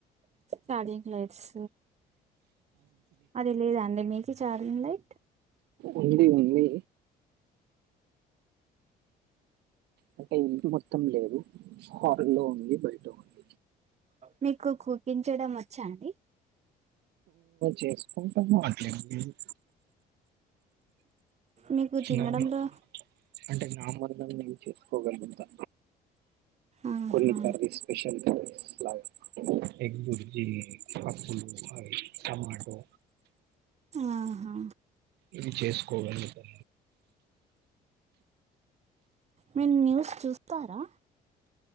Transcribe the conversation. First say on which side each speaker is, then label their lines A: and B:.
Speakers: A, on the right; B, on the right.
A: చార్జింగ్ లైట్స్ అది లేదాండి మీకు ఛార్జింగ్ లైట్
B: ఉంది ఉంది అంటే ఇంటి మొత్తం లేదు హార్రుల్లో ఉంది బయట ఉంది
A: మీకు కుకింగ్ చేయడం వచ్చా అండి
B: చేసుకుంటాము అట్లేం లేదు
A: మీకు తినడంలో
B: నావి అంటే నా మరదల్ నేన్ చేసుకోగలుగుతా
A: ఆహా
B: కొన్ని కర్రీస్ స్పెషల్ కర్రీస్ లాగ ఎగ్ బుర్జి పప్పులు అయ్ టమాటో
A: ఆహా
B: ఇవి చేసుకోగలుగుతా
A: మీన్ న్యూస్ చూస్తారా